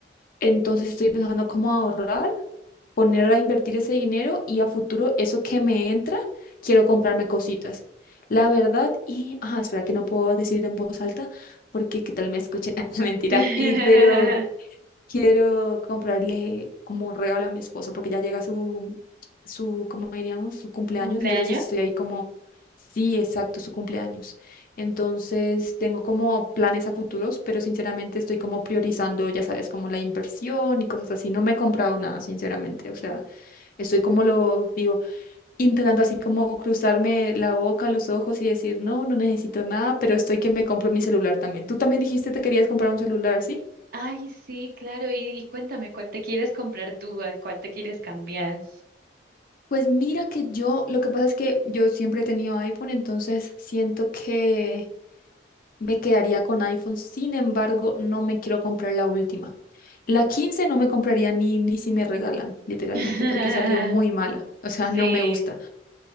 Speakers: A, on the left; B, on the right.
A: entonces estoy pensando cómo ahorrar, poner a invertir ese dinero y a futuro eso que me entra, quiero comprarme cositas. La verdad, y, ah, espera que no puedo decir en voz alta porque qué tal me escuchen, <laughs> mentira,
B: <laughs>
A: y pero quiero comprarle como un regalo a mi esposo porque ya llega su, su, ¿cómo diríamos? Su cumpleaños.
B: ¿Cumpleaños?
A: Entonces estoy ahí como, sí, exacto, su cumpleaños. Entonces tengo como planes a futuros, pero sinceramente estoy como priorizando, ya sabes, como la inversión y cosas así. No me he comprado nada, sinceramente. O sea, estoy como lo digo, intentando así como cruzarme la boca, los ojos y decir, no, no necesito nada, pero estoy que me compro mi celular también. Tú también dijiste que te querías comprar un celular, ¿sí?
B: Ay, sí, claro. Y, y cuéntame, ¿cuál te quieres comprar tú? ¿A cuál te quieres cambiar?
A: Pues mira que yo, lo que pasa es que yo siempre he tenido iPhone, entonces siento que me quedaría con iPhone. Sin embargo, no me quiero comprar la última. La 15 no me compraría ni, ni si me regalan, literalmente,
B: <laughs>
A: porque salió muy mala. O sea,
B: Sí,
A: no me gusta.